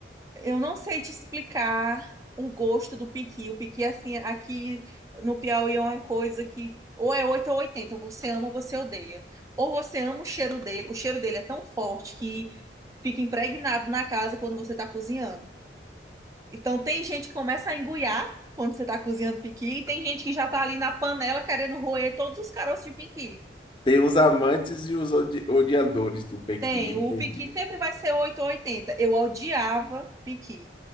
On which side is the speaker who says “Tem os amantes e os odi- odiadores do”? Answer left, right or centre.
Left